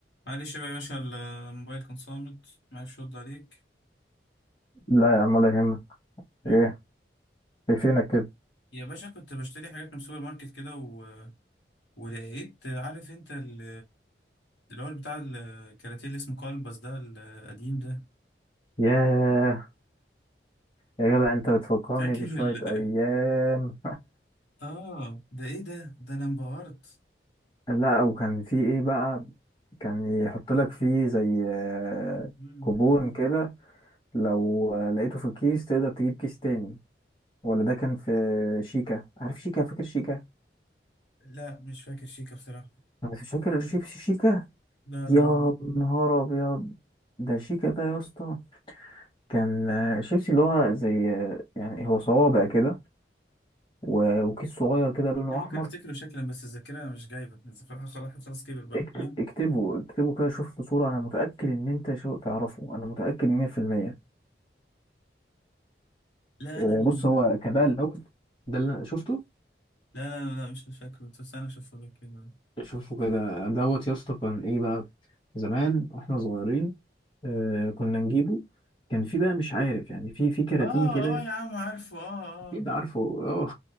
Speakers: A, on the left; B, on the left.
A: معلش بقى يا باشا الموبايل كان صامت معلش رد عليك
B: لا يا عم ولا يهمك
A: يعني
B: ايه في فينك كده
A: يا باشا كنت بشتري حاجات من السوبر ماركت كده و... ولقيت عارف انت ال... اللي هو بتاع الكراتيه اللي اسمه كلبس ده القديم ده
B: ياه يا جدع انت بتفكرني
A: فاكر
B: بشوية
A: ال...
B: ايام
A: اه ده ايه ده ده انا انبهرت
B: <laughs> لا وكان في ايه بقى كان يحط لك فيه زي آه،
A: مم.
B: كوبون كده لو آه، لقيته في الكيس تقدر تجيب كيس تاني ولا ده كان في شيكا عارف شيكا فاكر شيكا
A: لا مش فاكر شيكا بصراحة
B: انا مش فاكر شيبسي شيكا
A: لا
B: يا
A: لا لا
B: نهار ابيض ده شيكا ده يا اسطى كان آه، شيبسي اللي هو زي آه، يعني هو صوابع كده و- وكيس صغير كده لونه
A: يعني
B: احمر
A: ممكن افتكره شكلا بس الذاكرة مش جايبة الذاكرة خلاص خلاص كبر بقى
B: اكتب
A: لا
B: اكتبه اكتبه كده شوف له صورة انا متأكد ان انت شو تعرفه انا متأكد 100%
A: لا
B: آه،
A: انا لا
B: بص هو كان بقى الاول ده اللي أنا شفته
A: لا لا, لا مش فاكره بس انا اشوفه لك كده
B: شوفه كده دوت يا اسطى كان ايه بقى زمان واحنا صغيرين آه كنا نجيبه كان في بقى مش عارف يعني في في كراتين
A: اه
B: كده
A: اه يا عم عارفه اه
B: اكيد
A: اه
B: عارفه اه